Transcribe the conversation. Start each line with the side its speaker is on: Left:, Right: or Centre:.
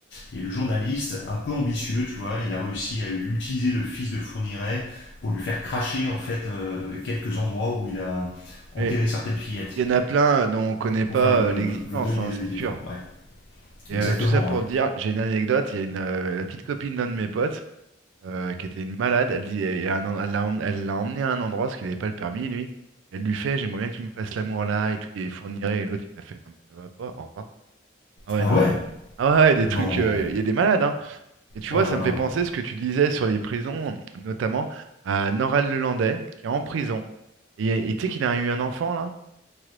Left: Et le journaliste, un peu ambitieux, tu vois, il a réussi à utiliser le fils de Fourniret pour lui faire cracher, en fait, euh, quelques endroits où il a enterré
Right: Mais
Left: certaines fillettes,
Right: il y en a plein dont on connaît pas
Left: pour faire le,
Right: euh, l'existence,
Left: le deuil des,
Right: hein, c'est
Left: des
Right: sûr.
Left: pas. Ouais,
Right: Et
Left: exactement,
Right: euh, tout ça pour
Left: ouais.
Right: dire, j'ai une anecdote, il y a une, euh, la petite copine d'un de mes potes euh, qui était une malade, elle dit, et un en- elle l'a emmené, elle l'a emmené à un endroit parce qu'il n'avait pas le permis, lui. Elle lui fait, j'aimerais bien que tu me fasses l'amour là et tout, il fournirait, et l'autre il a fait, non mais ça va pas, au revoir. Ah ouais,
Left: Ah
Right: non
Left: ouais
Right: mais, ah ouais, ouais, des
Left: Non.
Right: trucs, euh, il y a des malades, hein. Et tu
Left: Oh
Right: vois,
Left: là
Right: ça
Left: là.
Right: me fait penser ce que tu disais sur les prisons, notamment à Noral Le Landais qui est en prison. Et et tu sais qu'il a eu un enfant là,